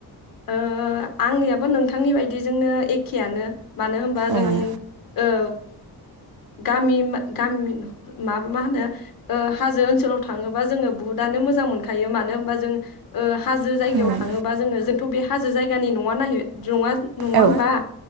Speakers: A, on the left (about 55°); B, on the right (about 65°).
A: ओ आंनियाबो नोंथांनि बायदिजोंनो एखेयानो। मानो होमबा
B: उम
A: जों औ गामि गामि माब मा होनो हाजो ओनसोलाव थाङोबा जोङो बुहुतनो मोजां मोनखायो मानो होनबा जों ओ हाजो जायगायाव
B: उम
A: थाङोबा जोङो जोंथ' बे हाजो जायगानि नङा नायहो नङा नङा होमबा
B: औ